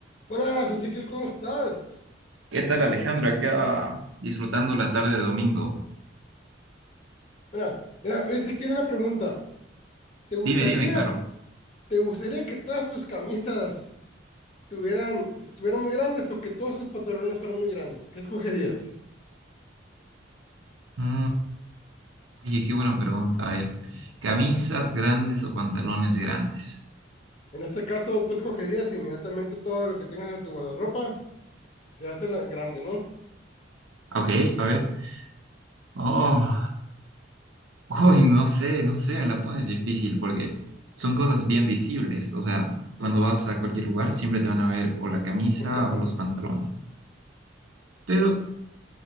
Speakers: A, on the left; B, on the right.
A: Buenas, Ezequiel, ¿cómo estás?
B: ¿Qué tal, Alejandro? Acá disfrutando la tarde de domingo.
A: Mira, mira, Ezequiel, una pregunta. ¿Te gustaría,
B: Dime, dime, claro.
A: te gustaría que todas tus camisas tuvieran, estuvieran muy grandes o que todos tus pantalones fueran muy grandes? ¿Qué escogerías?
B: Mm, Oye, qué buena pregunta. A ver, ¿camisas grandes o pantalones grandes?
A: En este caso, tú escogerías inmediatamente todo lo que tengas en tu guardarropa, se hace la- grande, ¿no?
B: Ok, a ver. Oh, uy, no sé, no sé, me la pones difícil porque son cosas bien visibles. O sea, cuando vas a cualquier lugar siempre te van a ver o la camisa
A: <laughs>
B: o los pantalones. Pero